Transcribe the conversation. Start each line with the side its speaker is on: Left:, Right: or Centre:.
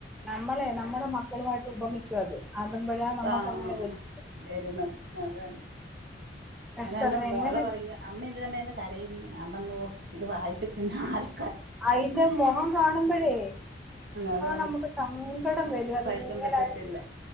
Centre: നമ്മളെ നമ്മുടെ മക്കളുമായിട്ട് ഉപമിക്കും അത് അതുമ്പോഴാ നമുക്ക്
Right: ആ അ
Centre: അങ്ങനെ
Right: അ
Centre: വരും
Right: വെര്ന്നത് പിന്നെ അതന്നെ
Centre: കഷ്ടം
Right: അയിന് അന്റെ
Centre: അതിനെ
Right: മോള്
Centre: എങ്ങനെ
Right: പറങ്ങ് അമ്മ എന്തിനമ്മേ ഇന്ന് കരയിന്നെ ഞാൻ പറഞ്ഞു ഇത് വായിച്ചിട്ടിന്ന ആരെ
Centre: അതിന്റെ മുഖം കാണുമ്പോഴേ
Right: അതാണ്
Centre: നമുക്ക് സങ്കടം വരും അതിങ്ങനെ
Right: സഹിക്കാൻ പറ്റത്തില്ല